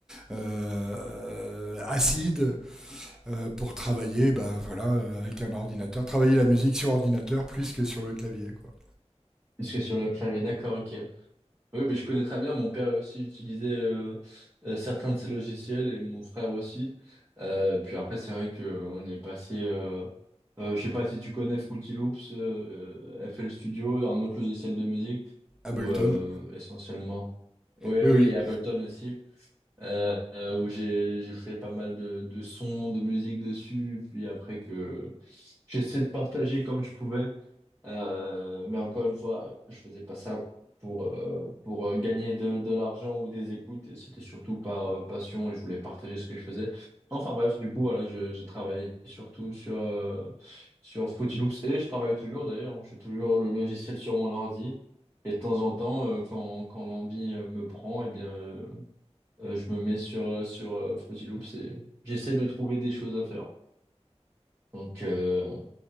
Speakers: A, in the centre; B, on the right.
A: euh, Acid euh, pour travailler, bah, voilà, euh, avec un ordinateur. Travailler la musique sur ordinateur plus que sur le clavier, quoi.
B: puisque sur le clavier, d'accord, ok. Oui, mais je connais très bien. Mon père aussi utilisait euh, euh, certains de ces logiciels et mon frère aussi. Euh, puis après, c'est vrai que on est passé. Euh, euh, je sais pas si tu connais Fruity Loops, euh, euh, FL Studio, un autre logiciel de musique,
A: Ableton,
B: ou euh, essentiellement. Oui,
A: oui,
B: oui,
A: oui.
B: et Ableton aussi, euh, euh, où j'ai j'ai fait pas mal de, de sons, de musique dessus. Puis après que j'essaie de partager comme je pouvais. Euh, mais encore une fois, je faisais pas ça pour, euh, pour euh, gagner de, de l'argent ou des écoutes. et C'était surtout par euh, passion et je voulais partager ce que je faisais. Enfin bref, du coup, voilà, je- j'ai travaillé surtout sur, euh, sur Fruity Loops et je travaille toujours d'ailleurs. Je fais toujours le logiciel sur mon ordi. Et de temps en temps, euh, quand, quand l'envie euh, me prend, eh bien, euh, euh, je me mets sur, euh, sur euh, Fruity Loops et j'essaie de trouver des choses à faire. Donc, euh,